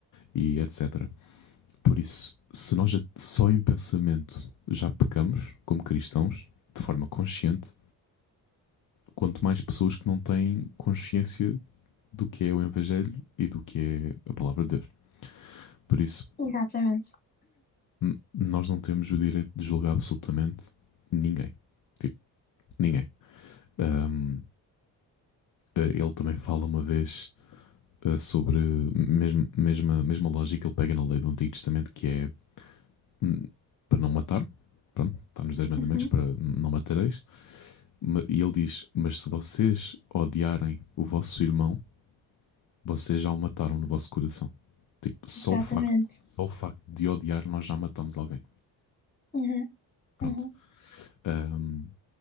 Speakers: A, on the left; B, on the left.
A: e etc. Por isso, se nós já- só em pensamento já pecamos como cristãos, de forma consciente, quanto mais pessoas que não têm consciência do que é o Evangelho e do que é a palavra de Deus. Por isso,
B: Exatamente.
A: N- Nós não temos o direito de julgar absolutamente ninguém. Tipo, ninguém. Ahm, eh, ele também fala uma vez eh, sobre mesmo, mesma, mesma lógica que ele pega na lei do Antigo Testamento, que é hum, para não matar. Pronto, está nos dez mandamentos
B: Uhum.
A: para hum, não matareis. Ma- E ele diz: Mas se vocês odiarem o vosso irmão, vocês já o mataram no vosso coração. Tipo, só
B: Exatamente.
A: o facto, só o facto de odiar, nós já matamos alguém.
B: Uhum.
A: Pronto.
B: Uhum.
A: Ahm,